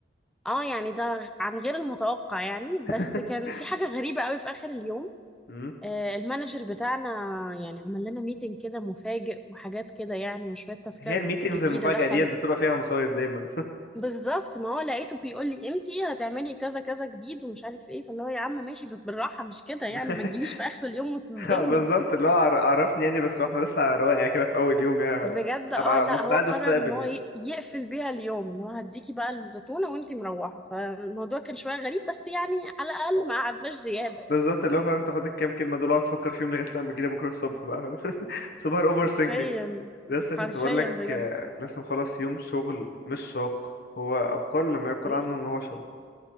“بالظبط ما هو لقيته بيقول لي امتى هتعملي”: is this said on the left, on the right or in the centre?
Centre